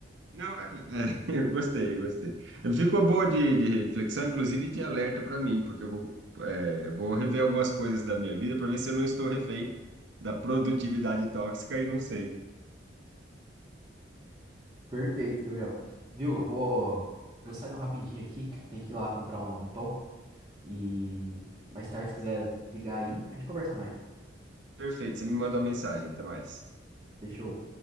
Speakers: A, on the right; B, on the right.
A: Não, é, é, <laughs> eu gostei, gostei. Ficou boa de, de reflexão, inclusive de alerta para mim, porque eu vou, é, vou rever algumas coisas da minha vida para ver se eu não estou refém da produtividade tóxica e não sei.
B: Perfeito, Gabriel. Viu? Eu vou, vou sair um rapidinho aqui, tem que ir lá comprar um, um pão e mais tarde, se quiser ligar aí, a gente conversa mais.
A: Perfeito, você me mandou uma mensagem, até mais.
B: Fechou.